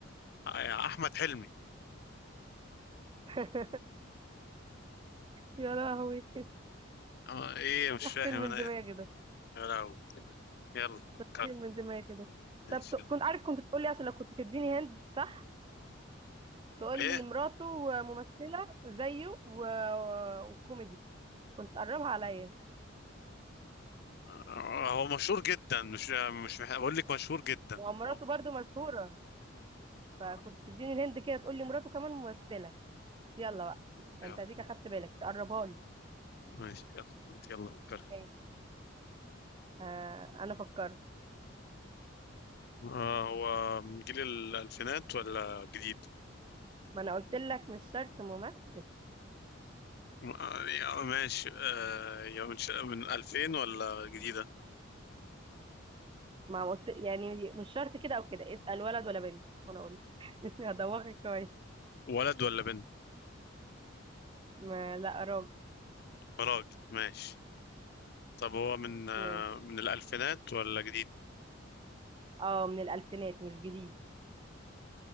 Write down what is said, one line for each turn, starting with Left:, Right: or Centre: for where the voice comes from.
Left: ع- احمد حلمي
Right: <laughs> يا لهوي
Left: آه، ايه مش
Right: راح
Left: فاهم
Right: فين من
Left: انا
Right: دماغي
Left: ايه
Right: ده
Left: يا لهوي. يلا
Right: راح
Left: فكر
Right: فين من دماغي ده
Left: ماشي
Right: طب
Left: يلا
Right: كنت عارف كنت تقولي عشان لو كنت تديني هند صح تقول
Left: ايه
Right: لي مراته ممثلة زيه و... وكوميدي كنت قربها عليا
Left: آه، هو مشهور جدا مش مش مح- بقول لك مشهور جدا
Right: ومراته
Left: هو-
Right: برضو مشهورة
Left: آه،
Right: فكنت تديني الهند كده تقول لي مراته كمان ممثلة يلا بقى
Left: يلا
Right: انت هديك اخدت بالك تقربها لي
Left: ماشي يلا انت يلا فكر
Right: ماشي آه انا فكرت
Left: آه، هو من جيل الألفينات ولا جديد؟
Right: ما انا قلت لك مش شرط ممثل
Left: يعني، آه، ماشي آه، يا من ش- من 2000 ولا جديدة
Right: ما قلت يعني مش شرط كده او كده اسأل ولد ولا بنت وانا اقول <laughs> هدوخك شوية
Left: ولد ولا بنت
Right: ما لا راجل
Left: راجل ماشي طب هو من آه،
Right: ماشي
Left: من الألفينات ولا جديد
Right: اه من الالفينات مش جديد